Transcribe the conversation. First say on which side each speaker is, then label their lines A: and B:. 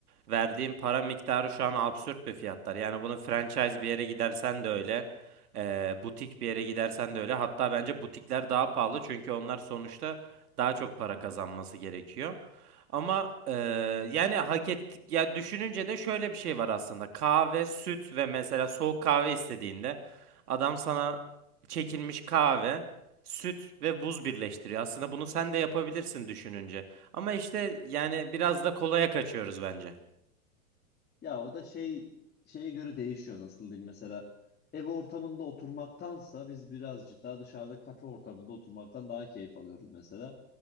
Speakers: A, on the right; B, on the left.
A: verdiğin para miktarı şu an absürt bir fiyatlar. Yani bunu franchise bir yere gidersen de öyle, eee, butik bir yere gidersen de öyle. Hatta bence butikler daha pahalı çünkü onlar sonuçta daha çok para kazanması gerekiyor. Ama eee, yani hak ettik ya düşününce de şöyle bir şey var aslında. Kahve, süt ve mesela soğuk kahve istediğinde adam sana çekilmiş kahve, süt ve buz birleştiriyor. Aslında bunu sen de yapabilirsin düşününce. Ama işte yani biraz da kolaya kaçıyoruz bence.
B: Ya o da şey şeye göre değişiyor nasıl diyeyim mesela ev ortamında oturmaktansa biz birazcık daha dışarıda kafe ortamında oturmaktan daha keyif alıyoruz mesela.